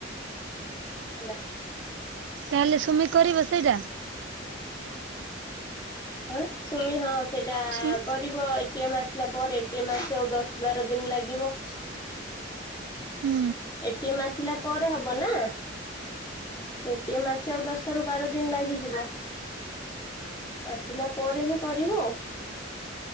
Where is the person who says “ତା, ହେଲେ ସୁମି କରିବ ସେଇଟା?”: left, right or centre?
Right